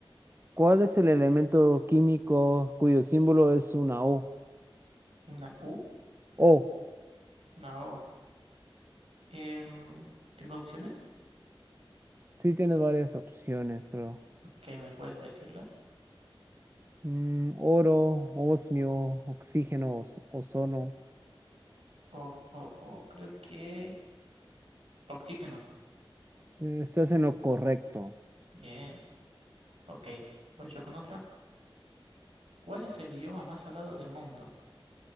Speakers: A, on the right; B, on the right.
A: ¿Cuál es el elemento químico cuyo símbolo es una O?
B: Una U,
A: O.
B: una O. Em, ¿tengo opciones?
A: Sí tienes varias opciones, creo.
B: Ok, ¿me puedes decirla?
A: Mm, oro, osmio, oxígeno, os- ozono.
B: O, o, o creo que... Oxígeno.
A: Eh, Estás en lo correcto.
B: Bien. Ok, voy yo con otra. ¿Cuál es el idioma más hablado del mundo?